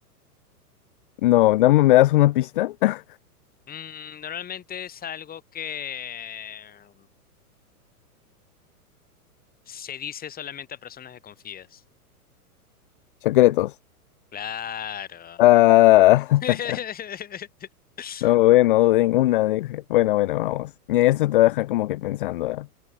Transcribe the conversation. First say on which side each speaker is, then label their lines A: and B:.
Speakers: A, on the left; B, on the left.
A: no, dame, ¿me das una pista? <laughs>
B: Mm, normalmente es algo que mm, se dice solamente a personas que confías.
A: Secretos.
B: Claro.
A: Ah, <laughs>
B: <laughs>
A: no dudé, no dudé en una. Dije, bueno, bueno, vamos. Y esto te deja como que pensando. ¿ah?